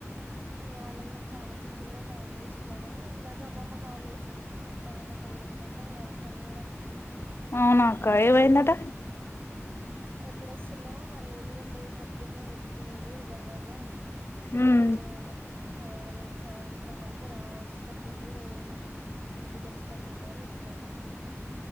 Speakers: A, on the right; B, on the left.
A: ఇక వాళ్ళగురించి ఆలోచించి కూడా టైం వేస్ట్ లేదని ఇందాక అమ్మమ్మ కాల్ చేసింది డాడ్ అక్కడకి పోయిండంట వర పనిజేయడానికి
B: అవునాక్క ఏ వైందటా
A: ఎప్పుడొస్తున్నావు మరి ఎల్లుండి పొద్దున్నే ఎత్తుకునేది దర్వాజా
B: ఉమ్
A: ఇవన్న ఆ రైపుసయంత సాయంత్రం వరకు రా వచ్చేటట్టుండు రే ఇంటికి వచ్చేటట్టుండు అని చెప్పినారు